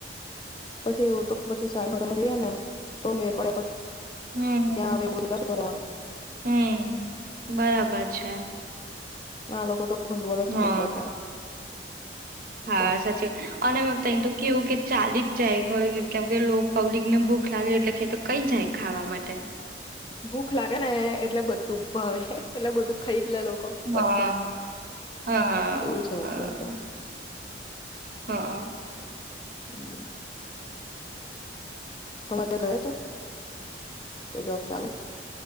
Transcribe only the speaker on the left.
પછી એવું તો પછી સારી હોટલમાં જઈએ, ને તો મેર પડે પડ
ત્યાં અને એવું બધું કરવા રેવાનુ.
ના આ લોકો તો ભનવળ જ ખરાબ
પણ.
બાર
ભૂખ લાગે ને એટલે બધું ભાવે એટલે બધું ખાઈ જ લે લોકો ફટફટ
એવું છે
અત્યારે તો
<inaudible> તમે તે ગયો છો, કે જોબ ચાલુ.